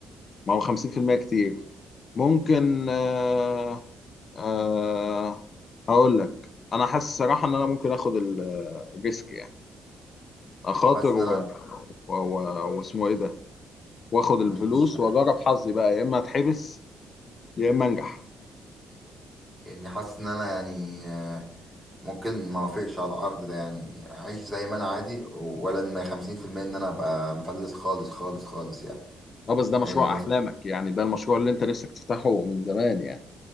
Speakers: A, on the left (about 45°); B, in the centre.
A: ما هو 50% كتير ممكن آه آه هقول لك انا حاسس الصراحه ان انا ممكن اخد ال- الريسك يعني اخاطر
B: حاسس ان
A: و-
B: انا
A: و- و- واسمه ايه ده واخد الفلوس
B: مم، مش عارف.
A: واجرب حظي بقى يا اما اتحبس يا اما انجح
B: يعني حاسس ان انا يعني آه، ممكن ما اوافقش على العرض ده يعني اعيش زي ما انا عادي ولا ان 50% ان انا ابقى مفلس خالص خالص خالص يعني
A: اه بس ده مشروع
B: يعني ما
A: احلامك
B: في
A: يعني ده المشروع اللي انت نفسك تفتحه من زمان يعني